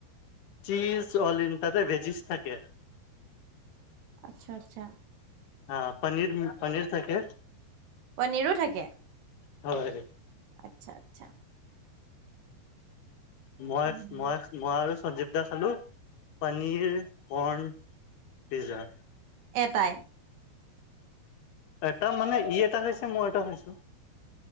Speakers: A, on the left; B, on the right.
A: চীজ অল-ইন, তাতে ভেজিছ থাকে',
B: আচ্ছা', - আচ্ছা',
A: হা, পনীৰ হুম', পনীৰ থাকে',
B: পনীৰো থাকে?
A: হয়',
B: আচ্ছা', - আচ্ছা',
A: মই',
B: উম,
A: - মই', - মই আৰু সঞ্জীৱ দা খালোঁ পনীৰ', কৰ্ণ পিজ্জা',
B: এটাই?
A: এটা মানে, ই এটা খাইছে মই এটা খাইছোঁ',